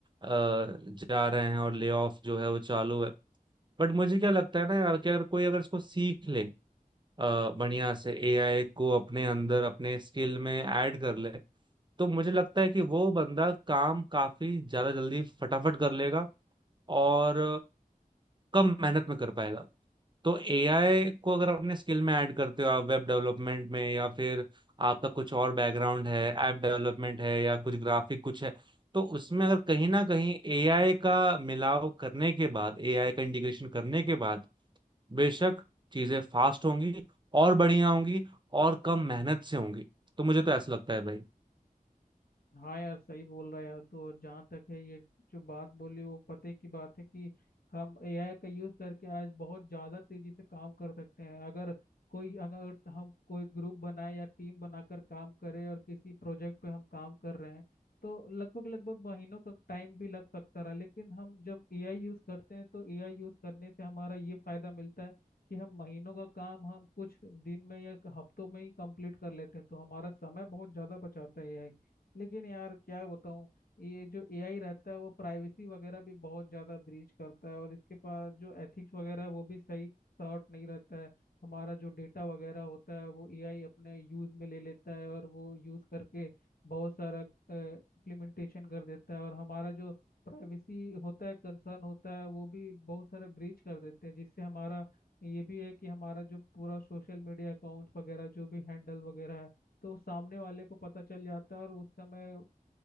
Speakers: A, on the right (about 30°); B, on the left (about 80°).
A: जा रहे हैं और ले ऑफ जो है वो चालू है बट मुझे क्या लगता है ना यार कि अगर कोई अगर इसको सीख ले अ, बढ़िया से एआई को अपने अंदर अपने स्किल में ऐड कर ले तो मुझे लगता है कि वो बंदा काम काफी ज्यादा जल्दी फटाफट कर लेगा और कम मेहनत में कर पाएगा तो एआई को अगर अपने स्किल में ऐड करते हो आप वेब डेवलपमेंट में या फिर आपका कुछ और बैकग्राउंड है ऐप डेवलपमेंट है या कुछ ग्राफिक कुछ है तो उसमें अगर कहीं ना कहीं एआई का मिलाव करने के बाद एआई का इंटीग्रेशन करने के बाद बेशक चीजें फास्ट होंगी और बढ़िया होंगी और कम मेहनत से होंगी तो मुझे तो ऐसा लगता है भाई
B: हाँ यार सही बोल रहा है यार तो जहाँ तक है ये जो बात बोली वो पते की बात है कि हम एआई का यूज़ करके आज बहुत ज़्यादा तेजी से काम कर सकते हैं अगर कोई अगर हम कोई ग्रुप बनाए या टीम बनाकर काम करें और किसी प्रोजेक्ट पे हम काम कर रहे हैं तो लगभग लगभग महीनों का टाइम भी लग सकता रहा लेकिन हम जब एआई यूज़ करते हैं तो एआई यूज़ करने से हमारा ये फ़ायदा मिलता है कि हम महीनों का काम हम कुछ दिन में या हफ्तों में ही कंप्लीट कर लेते हैं तो हमारा समय बहुत ज़्यादा बचाता है एआई लेकिन यार क्या बताऊँ ये जो एआई रहता है वो प्राइवेसी वगैरह भी बहुत ज़्यादा ब्रीच करता है और इसके पास जो एथिक्स वगैरह है, वो भी सही सॉर्ट नहीं रहता है हमारा जो डेटा वगैरह होता है वो एआई अपने यूज़ में ले लेता है और वो यूज़ करके बहुत सारा इम्प्लीमेंटेशन कर देता है और हमारा जो प्राइवेसी होता है कंसर्न होता है वो भी बहुत सारा ब्रीच कर देते हैं जिससे हमारा ये भी है कि हमारा जो पूरा सोशल मीडिया अकाउंट्स वगैरह जो भी हैंडल वगैरह है तो सामने वाले को पता चल जाता है और उस समय